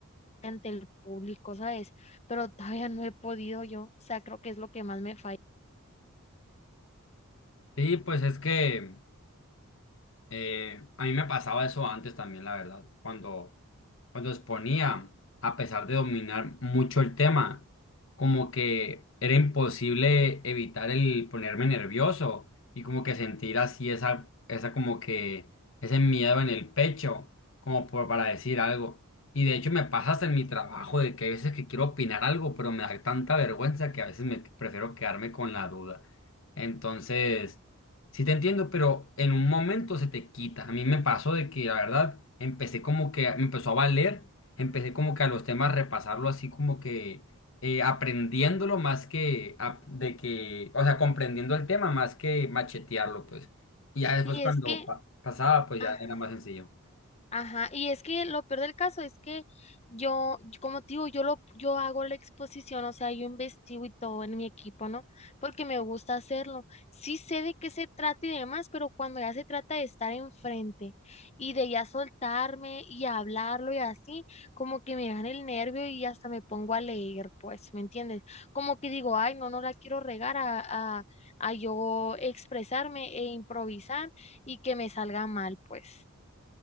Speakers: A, on the left; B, on the left.
A: ante el público, ¿sabes? Pero todavía no he podido yo, o sea, creo que es lo que más me falla.
B: Sí, pues es que eh, a mí me pasaba eso antes también, la verdad, cuando cuando exponía, a pesar de dominar mucho el tema, como que era imposible evitar el ponerme nervioso y como que sentir así esa, esa como que ese miedo en el pecho, como por, para decir algo. Y de hecho me pasa hasta en mi trabajo de que hay veces que quiero opinar algo, pero me da tanta vergüenza que a veces me prefiero quedarme con la duda. Entonces... Sí te entiendo, pero en un momento se te quita. A mí me pasó de que, la verdad, empecé como que, me empezó a valer, empecé como que a los temas repasarlo así como que eh, aprendiéndolo más que, ap- de que, o sea, comprendiendo el tema más que machetearlo, pues. Y ya después
A: Y
B: cuando
A: es que,
B: pa- pasaba, pues
A: ajá,
B: ya era más sencillo.
A: Ajá, y es que lo peor del caso es que yo, yo- como te digo, yo lo, yo hago la exposición, o sea, yo investigo y todo en mi equipo, ¿no? Porque me gusta hacerlo. Sí sé de qué se trata y demás, pero cuando ya se trata de estar enfrente y de ya soltarme y hablarlo y así, como que me dan el nervio y hasta me pongo a leer, pues, ¿me entiendes? Como que digo, ay, no, no la quiero regar a, a, a yo expresarme e improvisar y que me salga mal, pues.